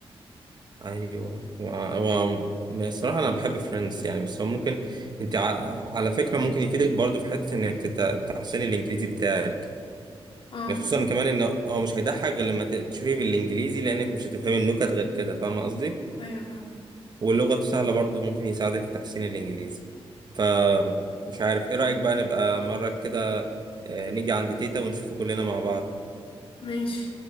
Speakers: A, on the right; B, on the left.
A: ايوه هو هو- الصراحه انا بحب فريندز يعني بس هو ممكن انت ع- على فكره ممكن يفيدك برضو في حته انك تت- تحسن الانجليزي بتاعك
B: اه
A: خصوصا كمان ان هو مش هيضحك غير لما ت- تشوفيه بالانجليزي لانك مش هتفهمي النكت غير كده فاهم قصدي
B: ايوه فاهم
A: واللغه سهله برضو ممكن يساعدك في تحسين الانجليزي ف مش عارف ايه رايك بقى نبقى مره كده آه، نيجي عند تيتا ونشوفه كلنا مع بعض
B: ماشي